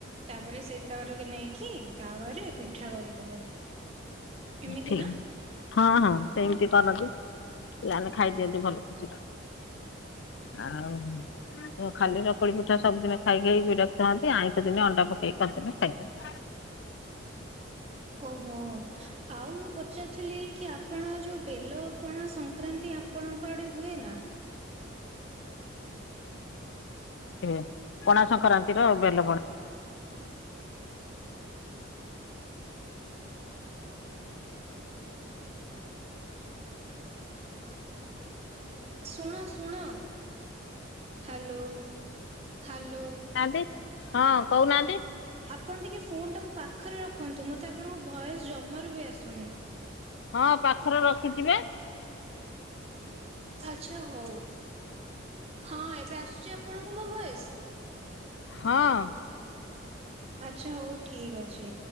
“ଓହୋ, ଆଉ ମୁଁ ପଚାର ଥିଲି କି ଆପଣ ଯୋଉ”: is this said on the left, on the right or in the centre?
Right